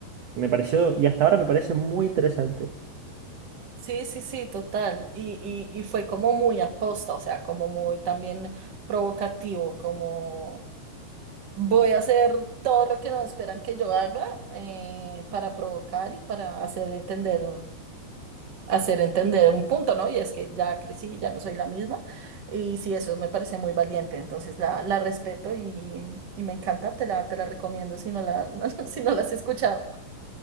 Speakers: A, on the right; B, on the right.
A: Y me pareció, y hasta ahora me parece muy interesante.
B: Sí, sí, sí, total. Y, y, y fue como muy aposta, o sea, como muy también provocativo, como voy a hacer todo lo que no esperan que yo haga eh, para provocar y para hacer entender, hacer entender un punto, ¿no? Y es que ya crecí, ya no soy la misma. Y sí, eso me parece muy valiente. Entonces la, la respeto y, y me encanta, te la, te la recomiendo si no la, <laughs> si no la has escuchado.